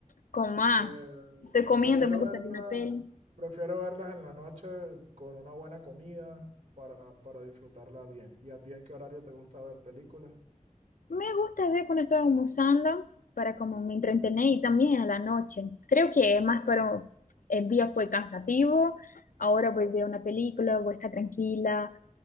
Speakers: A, on the left; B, on the right.
A: con más?
B: Eh,
A: Estoy comiendo,
B: prefiero
A: me gusta
B: verla
A: ver una peli.
B: Prefiero verlas en la noche con una buena comida para, para disfrutarla bien. ¿Y a ti en qué horario te gusta ver películas?
A: Me gusta ver cuando estoy almorzando para como me entretener y también a la noche. Creo que más para el día fue cansativo, ahora voy a ver una película, voy a estar tranquila.